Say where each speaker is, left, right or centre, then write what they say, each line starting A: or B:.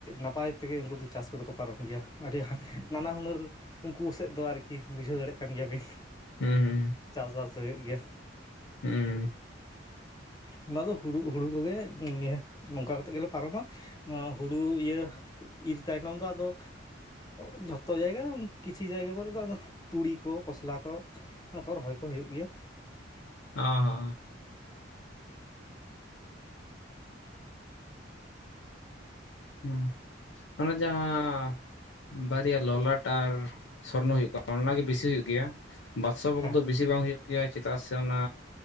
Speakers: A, on the left; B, on the left.
A: ᱱᱟᱯᱟᱭ ᱛᱮᱜᱮ ᱩᱱᱠᱩ ᱫᱚ ᱪᱟᱥ ᱠᱚᱫᱚ ᱠᱚ ᱯᱟᱨᱚᱢ ᱜᱮᱭᱟ ᱟᱹᱰᱤ ᱱᱟᱱᱟ ᱦᱩᱱᱟᱹᱨ ᱩᱱᱠᱩ ᱥᱮᱫ ᱫᱚ ᱟᱨᱠᱤ ᱵᱩᱡᱷᱟᱹᱣ ᱫᱟᱲᱮᱭᱟᱜ ᱠᱟᱱ ᱜᱮᱭᱟ ᱵᱤᱱ
B: ᱦᱩᱸ ᱦᱩᱸ
A: ᱪᱟᱥ ᱵᱟᱥ ᱫᱚ ᱦᱩᱭᱩᱜ ᱜᱮᱭᱟ
B: ᱦᱩᱸᱻ
A: ᱚᱱᱟ ᱫᱚ ᱦᱩᱲᱩ ᱦᱩᱲᱩ ᱠᱚᱜᱮ ᱱᱚᱝᱠᱟ ᱠᱟᱛᱮ ᱜᱮᱞᱮ ᱯᱟᱨᱚᱢᱟ ᱱᱚᱣᱟ ᱦᱩᱲᱩ ᱤᱭᱟᱹ ᱤᱨ ᱛᱟᱭᱱᱚᱢ ᱫᱚ ᱟᱫᱚ ᱡᱚᱛᱚ ᱡᱟᱭᱜᱟ ᱠᱤᱪᱷᱤ ᱡᱟᱭᱜᱟ ᱠᱚᱨᱮ ᱫᱚ ᱟᱫᱚ ᱛᱩᱲᱤ ᱠᱚ ᱠᱚᱥᱞᱟ ᱠᱚ ᱱᱚᱶᱟ ᱠᱚ ᱨᱚᱦᱚᱭ ᱠᱚ ᱦᱩᱭᱩᱜ ᱜᱮᱭᱟ
B: ᱚ ᱦᱚ ᱦᱩ ᱢᱟᱱᱮ ᱡᱟᱦᱟᱸ ᱵᱟᱨᱭᱟ ᱞᱚᱞᱟᱴ ᱟᱨ ᱥᱚᱨᱱᱚ ᱦᱩᱭᱩᱜᱼᱟ ᱚᱱᱟᱜᱮ ᱵᱮᱥᱤ ᱦᱩᱭᱩᱜ ᱜᱮᱭᱟ ᱵᱟᱫᱥᱚ ᱵᱷᱚᱠ
A: ᱦᱮᱸ
B: ᱫᱚ ᱵᱤᱥ ᱥᱤ ᱵᱟᱝ ᱦᱩᱭᱩᱜ ᱜᱮᱭᱟ ᱪᱮᱫᱟᱜ ᱥᱮ ᱚᱱᱟ